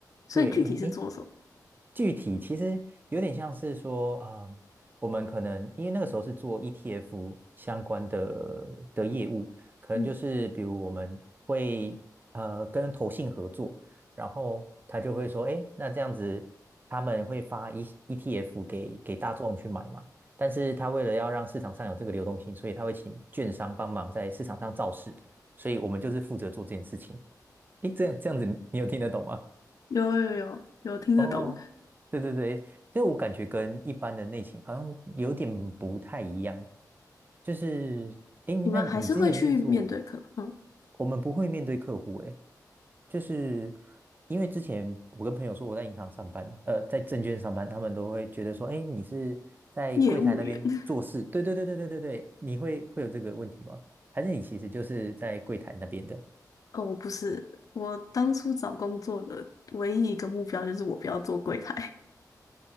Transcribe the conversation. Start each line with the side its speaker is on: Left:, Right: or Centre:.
Left: 所以具体是做什么？
Right: 对，诶，具体其实有点像是说，呃，我们可能因为那个时候是做 ETF 相关的的业务，可能就是比如我们会呃跟投信合作，
Left: 嗯，
Right: 然后他就会说，哎，那这样子他们会发 E ETF 给给大众去买嘛，但是他为了要让市场上有这个流动性，所以他会请券商帮忙在市场上造势，所以我们就是负责做这件事情。诶，这样这样子你，你有听得懂吗？
Left: 有有有有听得懂。
Right: 哦，对对对，这我感觉跟一般的内勤好像有点不太一样。就是，诶，那你之前是做，
Left: 你们还是会去面对客户，嗯，
Right: 我们不会面对客户，诶，就是因为之前我跟朋友说我在银行上班，呃，在证券上班，他们都会觉得说，诶，你是在柜台那边做事？
Left: 业务员。<laughs>
Right: 对对对对对对对，你会会有这个问题吗？还是你其实就是在柜台那边的？
Left: 哦，不是，我当初找工作的唯一一个目标就是我不要做柜台。